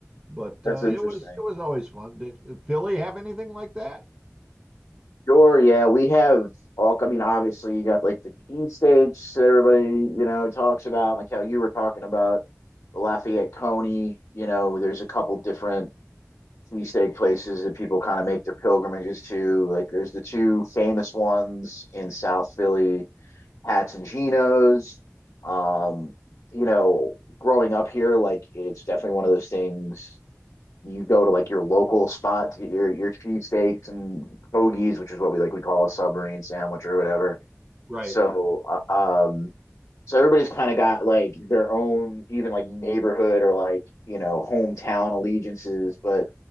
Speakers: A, on the right (about 20°); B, on the left (about 75°).
A: But
B: That's
A: uh,
B: interesting.
A: it was it was always fun. Did Philly have anything like that?
B: Sure, yeah, we have all. I mean, obviously, you got like the cheesesteaks that everybody you know talks about, like how you were talking about the Lafayette Coney. You know, there's a couple different cheesesteak places that people kind of make their pilgrimages to. Like, there's the two famous ones in South Philly hats and chinos. Um, you know, growing up here, like it's definitely one of those things you go to like your local spot to get your your cheesesteaks and hoagies, which is what we like we call a submarine sandwich or whatever.
A: Right.
B: So uh, um, so everybody's kind of got like their own, even like neighborhood or like, you know, hometown allegiances. But